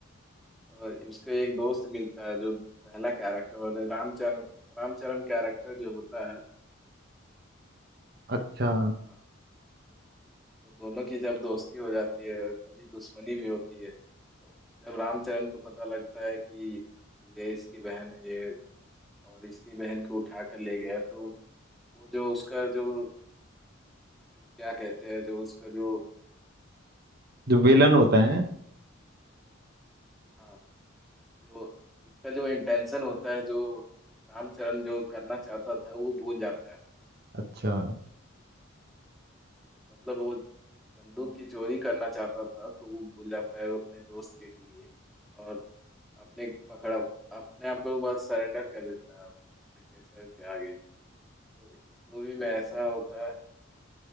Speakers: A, in the centre; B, on the right.
A: अ, उसको एक दोस्त मिलता है जो पहला कैरेक्टर और रामचरण रामचरण कैरेक्टर जो होता है
B: अच्छा
A: हाँ तो, तो दोनों की जब दोस्ती हो जाती है तभी दुश्मनी भी होती है तो जब रामचरण को पता लगता है कि ये इसकी बहन है ये और इसकी बहन को उठा कर ले गया तो वो जो उसका जो, जो क्या कहते हैं जो उसका जो
B: जो विलन होता है
A: हाँ जो उसका जो इंटेंशन होता है जो रामचरण जो करना चाहता था वो भूल जाता है
B: अच्छा
A: मतलब वो बंदूक की चोरी करना चाहता था तो वो भूल जाता है अपने दोस्त के लिए और अपने पकड़ा अपने आप को बस सरेंडर कर देता है ब्रिटिशर के आगे तो इस मूवी में ऐसा होता है